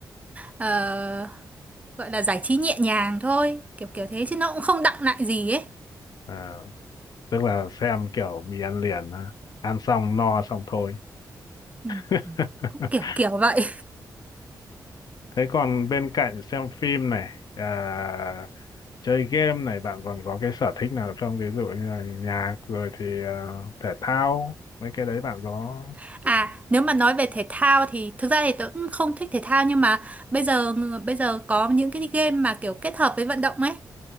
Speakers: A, on the right (about 20°); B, on the left (about 65°).
A: ờ, gọi là giải trí nhẹ nhàng thôi kiểu kiểu thế chứ nó cũng không đọng lại gì ấy
B: à, tức là xem kiểu mì ăn liền á. ăn xong no xong thôi
A: ừ,
B: <laughs>
A: cũng kiểu kiểu vậy
B: Thế còn bên cạnh xem phim này, à, chơi game này, bạn còn có cái sở thích nào không? Ví dụ như là nhạc rồi thì à, thể thao, mấy cái đấy bạn có
A: <laughs> à nếu mà nói về thể thao thì thực ra thì tớ cũng không thích thể thao nhưng mà bây giờ ừ, bây giờ có những cái game mà kiểu kết hợp với vận động ấy